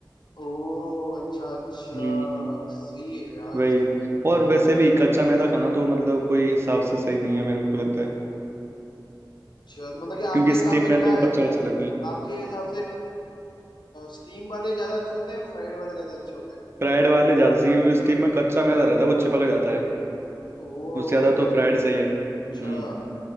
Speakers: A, on the left; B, on the right.
A: ओ अच्छा अच्छा
B: हम्म
A: सही है यार
B: वही
A: सही है
B: और वैसे भी कच्चा मैदा खाना तो मतलब कोई हिसाब से सही नहीं है मेरे को लगता है
A: अच्छा तो मतलब कि आपके
B: क्योंकि
A: हिसाब
B: स्टीम
A: से क्या
B: में तो
A: है
B: कच्चा
A: मतलब
B: कच्चा लगता है
A: आपके हिसाब से स्टीम वाले ज्यादा अच्छे होते हैं फ्राइड वाले ज्यादा अच्छे होते हैं
B: फ्राइड वाले ज्यादा सही है क्योंकि स्टीम में कच्चा मैदा रहता है वो चिपक जाता है
A: ओ
B: उससे ज्यादा तो फ्राइड सही है हम्म
A: अच्छा